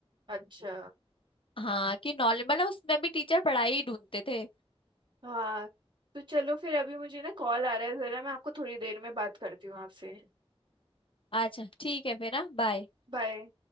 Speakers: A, on the right (about 50°); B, on the left (about 60°).
A: अच्छा
B: हाँ कि नॉर्मल मतलब उसमें भी टीचर पढ़ाई ही ढूंढते थे
A: हाँ तो चलो फिर अभी मुझे ना कॉल आ रहा है जरा मैं आपको थोड़ी देर में बात करती हूँ आपसे
B: अच्छा ठीक है फिर ना बाय
A: बाय